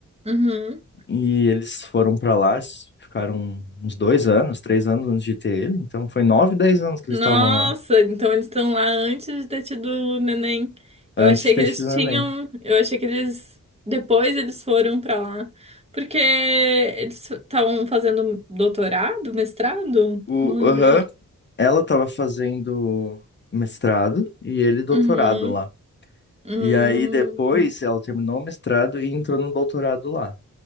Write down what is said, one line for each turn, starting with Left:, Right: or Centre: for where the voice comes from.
Right: Uhum.
Left: E eles foram pra lá, s- ficaram uns dois anos, três anos antes de ter ele. Então, foi 9, 10 anos que eles
Right: Nossa,
Left: estavam lá,
Right: então eles estão lá antes de ter tido o neném.
Left: antes
Right: Eu achei
Left: de ter
Right: que eles
Left: tido o
Right: tinham.
Left: neném.
Right: Eu achei que eles. Depois eles foram pra lá. Porque eles estavam fazendo doutorado, mestrado?
Left: O,
Right: Não lembro
Left: aham. Ela estava fazendo mestrado e ele doutorado
Right: Uhum,
Left: lá.
Right: uhum,
Left: E aí depois ela terminou o mestrado e entrou no doutorado lá.